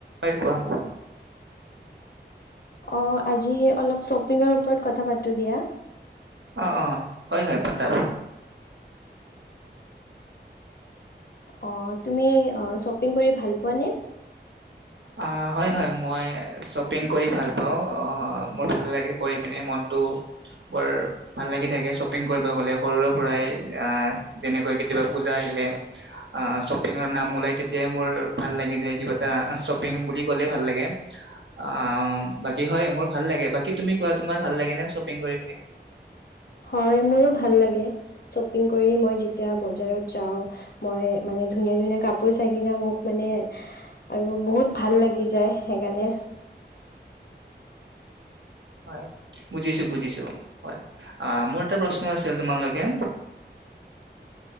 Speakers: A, on the right; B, on the left.
A: অই কোৱা।
B: অ আজি অলপ শ্বপিং ৰ ওপৰত কথা পাতো দিয়া।
A: অ অ হয় হয় পাতা
B: অ তুমি অ শ্বপিং কৰি ভাল পোৱা নে?
A: অ হয় হয় মই শ্বপিং কৰি ভাল অহ্ অ মোৰ ভাল লাগে কৰি পিনে মনটো বৰ ভাল লাগি থাকে, শ্বপিং কৰিব গলে সৰুৰে পৰাই আহ যেনেকৈ কেতিয়াবা পূজা আহিলে। অ শ্বপিং ৰ নাম উলাই তে তিয়াই মোৰ ভাল লাগি যায় কিবা এটা চপ পিং বুলি কলে ভাল লাগে, আহহ বাকী হয় মোৰ ভাল লাগে। বাকী তুমি কোৱা তোমাৰ ভাল লাগে নে শ্বপিং কৰি কিনি?
B: হয় মোৰ ভাল লাগে শ্বপিং কৰি মই যেতিয়া বজাৰত যাওঁ উহ্ মই মানে ধুনীয়া ধুনীয়া কাপোৰ চাই কিনে মোক মানে উহ্হ আৰু বহুত ভাল লাগি যায় সেইকাৰণে
A: হয় বুজিছোঁ বুজিছোঁ হয় আহ মোৰ এটা প্ৰশ্ন আছিল তোমালোকে